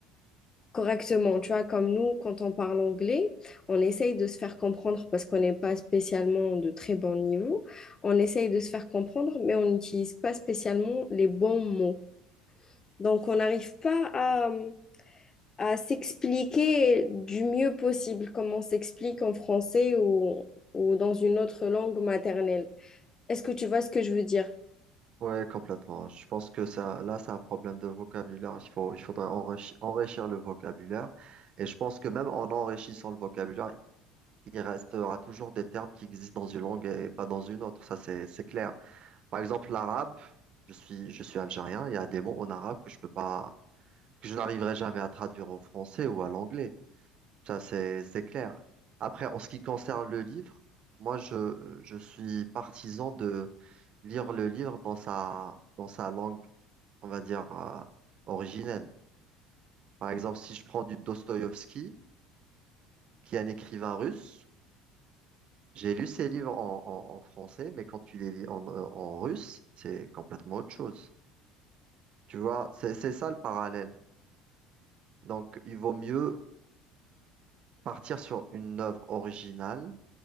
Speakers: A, on the left; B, on the right.
A: correctement. Tu vois, comme nous, quand on parle anglais, on essaye de se faire comprendre parce qu'on n'est pas spécialement de très bon niveau. On essaye de se faire comprendre, mais on n'utilise pas spécialement les bons mots. Donc, on n'arrive pas à, hum, à s'expliquer du mieux possible, comme on s'explique en français ou, ou dans une autre langue maternelle. Est-ce que tu vois ce que je veux dire?
B: Ouais, complètement. Je pense que ça, là, c'est un problème de vocabulaire. Il faut, il faudrait enrichi- enrichir le vocabulaire. Et je pense que même en enrichissant le vocabulaire, il restera toujours des termes qui existent dans une langue et pas dans une autre. Ça, c'est, c'est clair. Par exemple, l'arabe, je suis, je suis algérien. Il y a des mots en arabe que je peux pas, que je n'arriverai jamais à traduire au français ou à l'anglais. Ça, c'est, c'est clair. Après, en ce qui concerne le livre, moi, je, je suis partisan de lire le livre dans sa, dans sa langue on va dire, euh, originelle. Par exemple, si je prends du Dostoïevski, qui est un écrivain russe, j'ai lu ses livres en, en- en français, mais quand tu les lis en, euh, en russe, c'est complètement autre chose. Tu vois, c'est, c'est ça le parallèle. Donc, il vaut mieux partir sur une œuvre originale